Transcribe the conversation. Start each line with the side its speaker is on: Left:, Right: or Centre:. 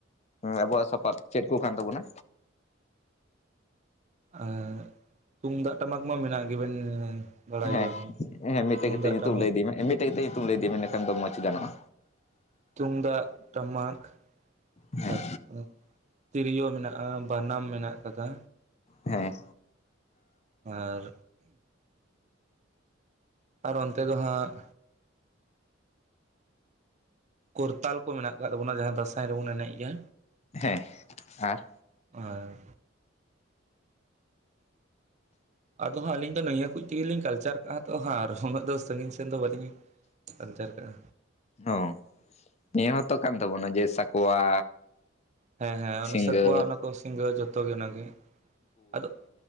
Left: ᱦᱮᱸ ᱟᱹᱵᱩᱭᱟᱜ ᱥᱟᱯᱟᱯ ᱪᱮᱫ ᱠᱚ ᱠᱷᱟᱱ ᱛᱟᱵᱚᱱᱟ
Right: ᱮᱸ ᱛᱩᱢᱫᱟᱜ ᱴᱟᱢᱟᱠ ᱢᱟ ᱢᱮᱱᱟᱜ ᱜᱮᱵᱮᱱ ᱵᱟᱲᱟᱭ
Left: ᱦᱮᱸ
Right: ᱜᱮᱭᱟᱵᱮᱱ
Left: ᱦᱮᱸ ᱢᱤᱫᱴᱮᱡ
Right: ᱛᱩᱢᱫᱟᱜ
Left: ᱠᱟᱛᱮᱡ ᱧᱩᱛᱩᱢ
Right: ᱴᱟᱢᱟᱠ
Left: ᱞᱟᱹᱭ ᱤᱫᱤ ᱢᱮ ᱢᱤᱫᱴᱮᱡ ᱠᱟᱛᱮᱡ ᱧᱩᱛᱩᱢ ᱞᱟᱹᱭ ᱤᱫᱤ ᱢᱮ ᱤᱱᱟᱹᱠᱷᱟᱱ ᱫᱚ ᱢᱚᱸᱡᱽ ᱜᱟᱱᱚᱜᱼᱟ
Right: ᱛᱩᱢᱫᱟᱜ ᱴᱟᱢᱟᱠ
Left: ᱦᱮᱸ
Right: ᱛᱟᱯᱚᱨ ᱛᱤᱨᱤᱭᱳ ᱢᱮᱱᱟᱜᱼᱟ ᱵᱟᱱᱟᱢ ᱢᱮᱱᱟᱜ ᱟᱠᱟᱫᱟ
Left: ᱦᱮᱸ
Right: ᱟᱨ ᱟᱨ ᱚᱱᱛᱮ ᱫᱚ ᱦᱟᱸᱜ ᱠᱚᱨᱛᱟᱞ ᱠᱚ ᱢᱮᱱᱟᱜ ᱟᱠᱟᱫ ᱛᱟᱵᱚᱱᱟ, ᱡᱟᱦᱟᱸ ᱫᱟᱸᱥᱟᱭ ᱨᱮᱵᱚᱱ ᱮᱱᱮᱡ ᱜᱮᱭᱟ᱾
Left: ᱦᱮᱸ ᱟᱨ
Right: ᱟᱨ ᱟᱫᱚ ᱦᱟᱸᱜ ᱟᱹᱞᱤᱧ ᱫᱚ ᱱᱤᱭᱟᱹ ᱠᱚ ᱛᱮᱜᱮᱞᱤᱧ ᱠᱟᱞᱪᱟᱨ ᱠᱟᱜᱼᱟ ᱛᱚ ᱦᱟᱜ ᱟᱨ ᱩᱱᱟᱹᱜ ᱫᱚ ᱥᱟᱺᱜᱤᱧ ᱥᱮᱱ ᱫᱚ ᱵᱟᱹᱞᱤᱧ ᱠᱟᱞᱪᱟᱨ ᱠᱟᱜ-ᱟ
Left: ᱚ ᱱᱤᱭᱟᱹ ᱦᱚᱸᱛᱚ ᱠᱟᱱ ᱛᱟᱵᱚᱱᱟ ᱡᱮ ᱥᱟᱠᱣᱟ
Right: ᱦᱮᱸ ᱦᱮᱸ
Left: ᱥᱤᱸᱜᱟᱹ
Right: ᱚᱱᱟ ᱥᱟᱠᱩᱣᱟ ᱚᱱᱟ ᱠᱚ ᱥᱤᱝᱜᱨᱟᱹ ᱡᱚᱛᱚ ᱜᱮ ᱚᱱᱟᱜᱮ, ᱟᱫᱚ